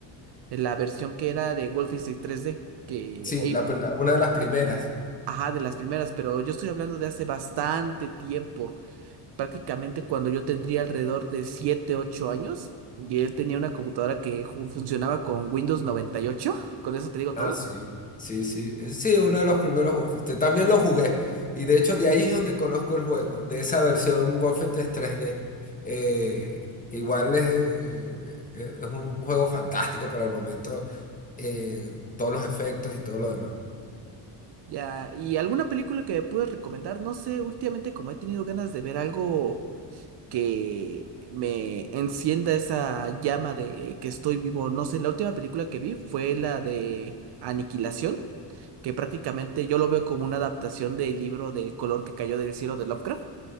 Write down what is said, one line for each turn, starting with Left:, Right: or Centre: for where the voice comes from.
Right: en la versión que era de Wolfenstein 3D, que,
Left: sí,
Right: ey,
Left: la, pr- la- una de las primeras,
Right: ajá, de las primeras, pero yo estoy hablando de hace bastante tiempo, prácticamente cuando yo tendría alrededor de 7, 8 años, y él tenía una computadora que ju- funcionaba con Windows noventa y ocho. con eso te digo
Left: ah,
Right: todo.
Left: sí, sí, sí, Eh, sí, uno de los primeros Wolfenstein, también lo jugué y de hecho de ahí es donde conozco el juego, de esa versión Wolfenstein 3D, Eh, igual es, eh, es es un juego fantástico para el momento, eh, todos los efectos y todo lo demás,
Right: Ya, ¿y alguna película que me puedes recomendar? No sé, últimamente como he tenido ganas de ver algo que me encienda esa llama de que estoy vivo, no sé, la última película que vi fue la de Aniquilación, que prácticamente yo lo veo como una adaptación del libro del color que cayó del cielo de Lovecraft.